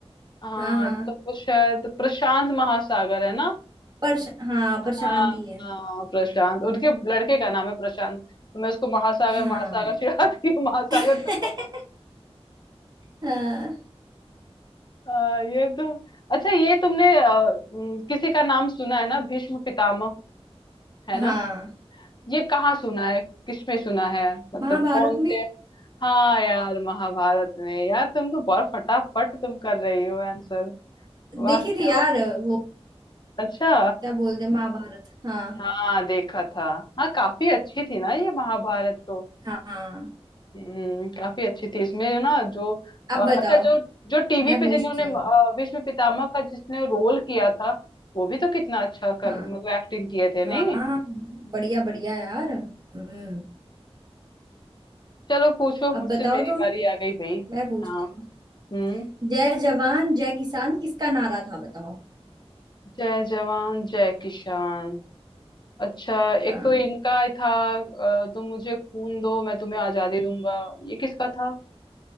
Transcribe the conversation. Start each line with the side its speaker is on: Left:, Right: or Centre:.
Left: हाँ
Right: हाँ हाँ
Left: तो वो शायद प्रशांत महासागर है ना
Right: पर हाँ पर
Left: हाँ
Right: शांति है
Left: हाँ प्रशांत उनके लड़के का नाम है प्रशांत तो मैं उसको महासागर
Right: हाँ
Left: महासागर चिढ़ाती हूँ <laughs> महासागर
Right: <laughs>
Left: तो
Right: हाँ
Left: आ, ये तो अच्छा ये तुमने आ, उम, किसी का नाम सुना है ना भीष्म पितामह है
Right: हाँ
Left: ना ये कहाँ सुना है किसमें सुना है मतलब
Right: महाभारत
Left: कौन
Right: में
Left: से हाँ यार महाभारत में यार तुम तो बहुत फटाफट तुम कर रही हो आंसर वाह
Right: देखी
Left: क्या
Right: थी यार
Left: बात
Right: वो
Left: अच्छा
Right: क्या बोलते हैं महाभारत हाँ
Left: हाँ देखा था हाँ काफी अच्छी थी ना ये महाभारत तो
Right: हाँ हाँ।
Left: हम्म काफी अच्छी थी इसमें ना जो
Right: अब
Left: अ, अच्छा
Right: बताओ
Left: जो जो टीवी
Right: मैं
Left: पे
Right: पूछती
Left: जिन्होंने
Right: हूँ
Left: अ, भीष्म पितामह का जिसने रोल किया था वो भी तो कितना अच्छा कर
Right: हाँ
Left: मतलब एक्टिंग किए थे
Right: हाँ
Left: नहीं
Right: बढ़िया बढ़िया यार हम्म
Left: चलो पूछो मुझसे
Right: अब बताओ
Left: मेरी
Right: तुम
Left: बारी आ गई भाई
Right: मैं पूछती
Left: हाँ
Right: हूँ
Left: हम्म
Right: जय जवान जय किसान किसका नारा था बताओ
Left: जय जवान जय किसान अच्छा एक
Right: हाँ
Left: तो इनका था अ, तुम मुझे खून दो मैं तुम्हें आजादी दूंगा ये किसका था